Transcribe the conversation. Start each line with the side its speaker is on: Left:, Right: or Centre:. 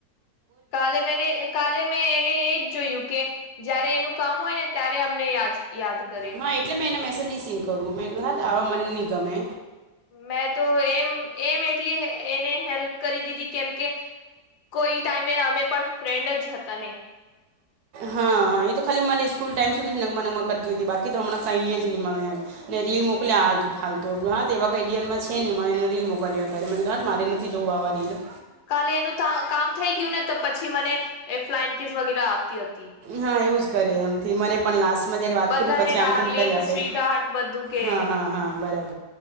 Left: કાલે મે કાલે મેં એને એજ જોયું કે જયારે એનું કામ હોય ને ત્યારે અમને યા યાદ કરે
Right: હા એટલે મેં એના સીન કરવું આવા મન નની ગમે
Left: મેં તો એમ એમ એટલી એને હેલ્પ કરી દીધી કેમ કે કોઈ ટાઈમે અમે પણ ફ્રેન્ડ જ હતા ને
Right: હા હા એ તો ખાલી મને સ્કૂલ ટાઈમ સુધી જ નગમા નગમા કરતી હતી બાકી તો હમણાં કઈ એ જ નહી મને એમ ને રીલ મોકલી આથું ફાલતુ આપું એવા કઈડિયાલમાં છે ને મને રીલ મોક કલ કર મ મારે નથી જવું આવા રીલા
Left: કાલે એનું કામ થઈ ગયું ને તો પછી મને એ ફ્લાઇન કિસ વગેરે આપતી હતી
Right: હા એવું જ કરે એમથી મને પણ લાસ્ટ ઘરે વાત
Left: બધાને
Right: કર પછી
Left: ડાર્લિંગ
Right: આમથીમ કરી આપે
Left: સ્વીટ હાર્ટ બધું કે
Right: હા હા હા બરાબર